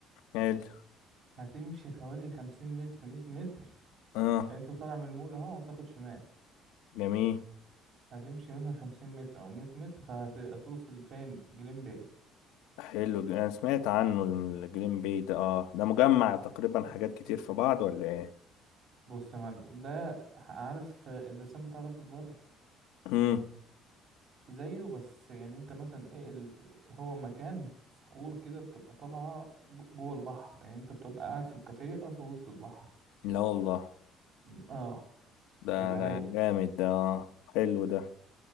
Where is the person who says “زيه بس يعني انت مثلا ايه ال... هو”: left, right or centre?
Right